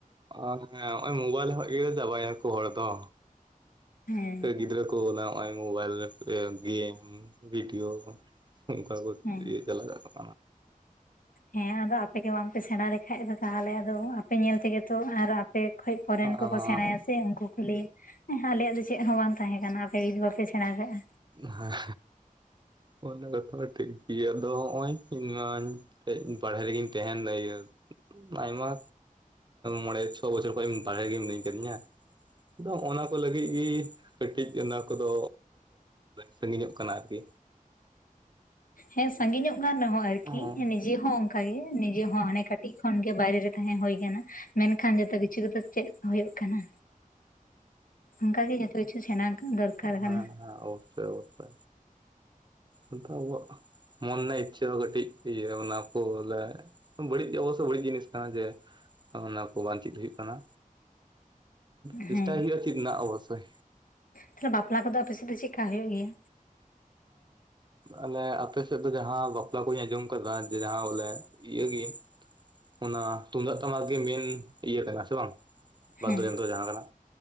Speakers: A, on the right (about 30°); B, on the left (about 75°).
A: ᱚᱨ ᱦᱮᱸ ᱢᱳᱵᱟᱭᱤᱞ ᱠᱷᱚᱡ ᱜᱮ ᱤᱭᱟᱹ ᱪᱟᱵᱟ ᱮᱱᱟ ᱠᱚ ᱦᱚᱲ ᱫᱚ᱾
B: ᱦᱮᱸ
A: ᱜᱤᱫᱽᱨᱟᱹ ᱠᱚ ᱱᱚᱜᱼᱚᱭ ᱢᱳᱵᱟᱭᱤᱞ, ᱜᱮᱢ, ᱵᱷᱤᱰᱤᱭᱳ ᱚᱱᱠᱟ ᱠᱚ
B: ᱦᱮᱸ
A: ᱤᱭᱟ. ᱪᱟᱞᱟᱜ <unintelligible>
B: ᱦᱮᱸ ᱟᱫᱚ ᱟᱯᱮ ᱜᱮ ᱵᱟᱝ ᱯᱮ ᱥᱮᱬᱟ ᱞᱮᱠᱷᱟᱡ ᱫᱚ ᱛᱟᱦᱚᱞᱮ ᱟᱫᱚ ᱟᱯᱮ ᱧᱮᱞ ᱛᱮᱜᱮ ᱛᱚ ᱟᱨ ᱟᱯᱮ ᱠᱷᱚᱱ ᱯᱚᱨᱮᱱ
A: ᱚᱱᱟ
B: ᱠᱚᱠᱚ ᱥᱮᱬᱟᱭᱟ ᱥᱮ ᱩᱱᱠᱩ ᱠᱚ ᱞᱟᱹᱭᱟ ᱦᱮᱸ ᱟᱞᱮᱭᱟᱜ ᱫᱚ ᱪᱮᱫ ᱦᱚᱸ ᱵᱟᱝ ᱛᱟᱦᱮᱸ ᱠᱟᱱᱟ ᱟᱯᱮ ᱡᱩᱫᱤ ᱵᱟᱯᱮ ᱥᱮᱬᱟ ᱠᱟᱜᱼᱟ᱾
A: ᱦᱮᱸ, ᱚᱱᱟ ᱠᱟᱛᱷᱟ ᱴᱷᱤᱠ ᱜᱮᱭᱟ ᱟᱫᱚ ᱦᱚᱜᱚᱭ ᱤᱧ ᱢᱟᱧ ᱵᱟᱨᱦᱮ ᱨᱮᱜᱤᱧ ᱛᱟᱸᱦᱮᱱ <unintelligible> ᱟᱭᱢᱟ ᱢᱚᱬᱮ ᱪᱷᱚ ᱵᱚᱪᱚᱨ ᱠᱷᱚᱡ ᱵᱟᱨᱦᱮ ᱨᱮᱜᱮ ᱢᱮᱱᱟᱜ ᱠᱟᱹᱫᱤᱧᱟ᱾ ᱟᱫᱚᱜ ᱚᱱᱟ ᱠᱚ ᱞᱟᱹᱜᱤᱫ ᱜᱮ ᱠᱟᱹᱴᱤᱡ ᱚᱱᱟ ᱠᱚᱫᱚ ᱥᱟᱜᱤᱧᱚᱜ ᱠᱟᱱᱟ ᱟᱨᱠᱤ
B: ᱦᱮᱸ ᱥᱟᱺᱜᱤᱧᱚᱜ ᱠᱟᱱ ᱨᱮᱦᱚᱸ ᱟᱨᱠᱤ
A: ᱦᱮᱸ
B: ᱱᱤᱡᱮ ᱦᱚᱸ ᱚᱱᱠᱟᱜᱮ ᱱᱤᱡᱮ ᱦᱚᱸ ᱦᱟᱱᱮ ᱠᱟᱹᱴᱤᱡ ᱠᱷᱚᱱ ᱜᱮ ᱵᱟᱭᱨᱮ ᱨᱮ ᱛᱟᱦᱮᱸ ᱦᱳᱭ ᱟᱠᱟᱱᱟ ᱢᱮᱱᱠᱷᱟᱱ ᱡᱚᱛᱚ ᱠᱤᱪᱷᱩ ᱜᱮᱛᱚ ᱪᱮᱫ ᱦᱳᱜ ᱠᱟᱱᱟ᱾ ᱚᱱᱠᱟ ᱜᱮ ᱡᱚᱛᱚ ᱠᱤᱪᱷᱩ ᱥᱮᱬᱟ ᱫᱚᱨᱠᱟᱨ
A: ᱦᱮᱸ
B: ᱠᱟᱱᱟ
A: ᱦᱮᱸ ᱳᱠᱮ ᱳᱠᱮ ᱟᱫᱚ ᱟᱵᱚᱣᱟᱜ ᱢᱚᱱᱮ ᱤᱪᱪᱷᱟᱹ ᱦᱚᱸ ᱠᱟᱹᱴᱤᱡ ᱤᱭᱟᱹ ᱚᱱᱟ ᱠᱚ ᱞᱮ ᱵᱟᱹᱲᱤᱡ ᱚᱵᱚᱥᱳᱭ ᱵᱟᱹᱲᱤᱡ ᱡᱤᱱᱤᱥ ᱠᱟᱱᱟ ᱡᱮ ᱚᱱᱟ ᱠᱚ ᱵᱟᱝ ᱪᱮᱫ ᱦᱩᱭᱩᱜ ᱠᱟᱱᱟ᱾ ᱪᱮᱥᱴᱟᱭ
B: ᱦᱮᱸ
A: ᱦᱳᱭᱳᱜᱼᱟ ᱪᱮᱫ ᱨᱮᱱᱟᱜ ᱚᱵᱚᱥᱳᱭ᱾
B: ᱛᱟᱦᱚᱞᱮ ᱵᱟᱯᱞᱟ ᱠᱚᱫᱚ ᱟᱯᱮ ᱥᱮᱫ ᱪᱮᱫ ᱠᱟ ᱦᱩᱭᱩᱜ ᱜᱮᱭᱟ?
A: ᱟᱞᱮ ᱟᱯᱮ ᱥᱮᱫ ᱫᱚ ᱡᱟᱦᱟᱸ ᱵᱟᱯᱞᱟ ᱠᱩᱧ ᱟᱸᱡᱚᱢ ᱟᱠᱟᱫᱟ ᱡᱮ ᱡᱟᱦᱟᱸ ᱵᱚᱞᱮ ᱤᱭᱟᱹᱜᱮ ᱚᱱᱟ ᱛᱩᱢᱫᱟᱜ ᱴᱟᱢᱟᱠ ᱜᱮ ᱢᱮᱱ ᱤᱭᱟᱹ ᱠᱟᱱᱟ ᱥᱮ ᱵᱟᱝ ᱵᱟᱫᱽᱫᱚ
B: ᱦᱮᱸ
A: ᱡᱚᱱᱛᱨᱚ ᱡᱟᱸᱦᱟᱸ ᱠᱟᱱᱟ᱾